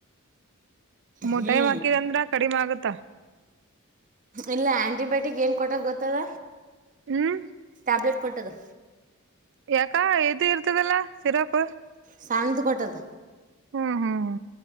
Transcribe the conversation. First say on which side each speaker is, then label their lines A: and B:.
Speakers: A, on the right; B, on the right.
A: ಮಟೈ
B: ಹ್ಞೂ
A: ಹಾಕಿದಿದೆ ಅಂದ್ರ ಕಡಿಮೆ ಆಗುತ್ತಾ
B: ಇಲ್ಲ ಆ್ಯಂಟಿಬಯೋಟಿಕ್ ಏನ್ ಕೊಟ್ಟೋಕ್ ಗೊತ್ತದ
A: ಹ್ಮ್
B: ಟ್ಯಾಬ್ಲೆಟ್ ಕೊಟ್ಟದದು
A: ಏಕ್ಕಾ ಎದು ಇತದೆಲ್ಲ ಸರಪ್ಪ
B: ಸಣ್ಣ್ದ ಕೊಟ್ಟದ
A: ಹ್ಮ್ ಹ್ಮ್ ಹ್ಮ್